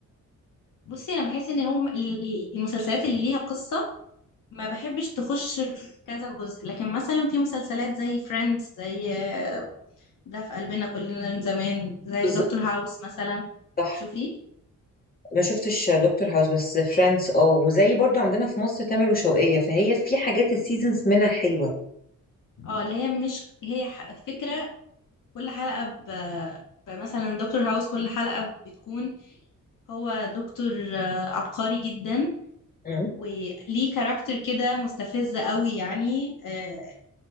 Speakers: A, on the left; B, on the left.
A: بصي انا بحس ان هم ال- ال- المسلسلات اللي ليها قصة ما بحبش تخش في كذا جزء لكن مثلا في مسلسلات زي فريندز زي آه، ده في قلبنا كلنا من زمان زي
B: بالظبط
A: دكتور هاوس مثلا
B: صح
A: شوفي
B: ما شفتش دكتور هاوس بس فريندز اه وزي برضو عندنا في مصر تامر وشوقية فهي في حاجات السيزونز منها حلوة
A: اه اللي هي مش هي ح- فكرة كل حلقة ب... ب- مثلا دكتور هاوس كل حلقة بتكون هو دكتور آه، عبقري جدا
B: مم.
A: وليه كاركتر كده مستفز قوي يعني آه،